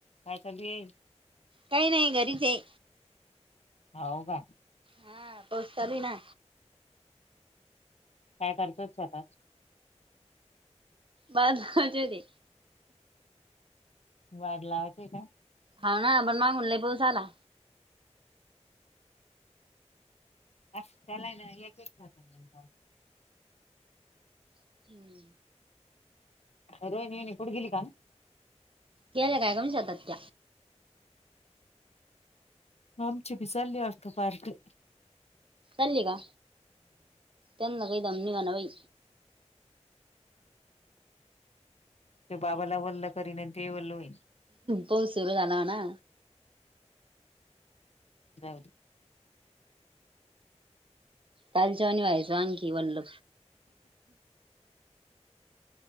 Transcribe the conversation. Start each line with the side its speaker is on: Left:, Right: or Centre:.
Left: काय चालू येईल
Right: काही नाही घरीच आहे
Left: हो का
Right: हा पोसताली ना
Left: काय करतोच आता
Right: बज ते
Left: वाद लावाचे काय
Right: हा ना पण मागून ल पोसला
Left: अस त्याला ना एकचकार नाही
Right: हम्म.
Left: रोहिणी वहिणी पुढे गेली काण
Right: केल कााकम शतत
Left: मामच पिसाली वथ पाारट
Right: चाललीय का त्यांना काही दम निघा ना बाई
Left: ते बाबाला वल्ल करीन ते वल्ल होईन
Right: प सुरू झाला ना
Left: जाऊल
Right: काालच्यावानी व्हायचं आणखी वणल